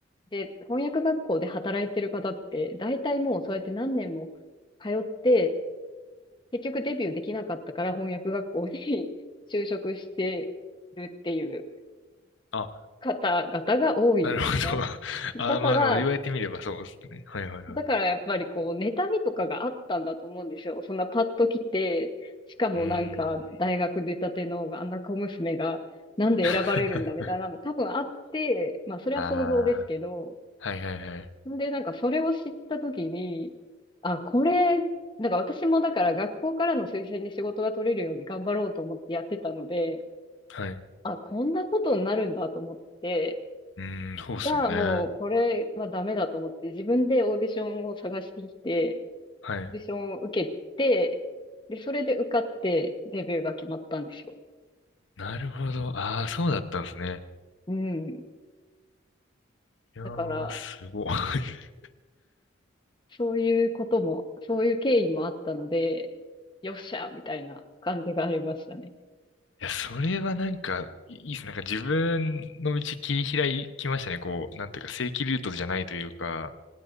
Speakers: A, on the left (about 25°); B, on the left (about 75°).
A: で、翻訳学校で働いてる方って、大体もうそうやって何年も通って、結局デビューできなかったから翻訳学校に <laughs> 就職してるっていう
B: あ、
A: 方々が多いんですよね。
B: なるほど。<laughs> あ、
A: だから、
B: まあまあ、言われてみればそうですね。はいはいはい。
A: だからやっぱりこう、妬みとかがあったんだと思うんですよ。そんなパッと来て、しかもなんか大学出たてのあんな小娘がなんで選ばれるんだみたいなの多分あって、
B: うーん。<laughs>
A: まあそれは想像ですけど、
B: ああ、はいはいはい。
A: んでなんかそれを知った時に、あ、これ、なんか私もだから学校からの推薦で仕事が取れるように頑張ろうと思ってやってたので、
B: はい。う
A: あ、こんなことになるんだと思って、
B: ーん、そうっすよね。
A: じゃあもうこれはダメだと思って自分でオーディションを探してきて、
B: はい。
A: オーディションを受けて、で、それで受かってデビューが決まったんですよ。
B: なるほど。ああ、そうだったんですね。
A: うん。
B: いやー、
A: だから、
B: すごい。<laughs>
A: そういうことも、そういう経緯もあったので、よっしゃみたいな感じがありましたね。
B: いや、それはなんか、いいいっす。なんか自分の道切り開きましたね。こう、なんていうか、正規ルートじゃないというか。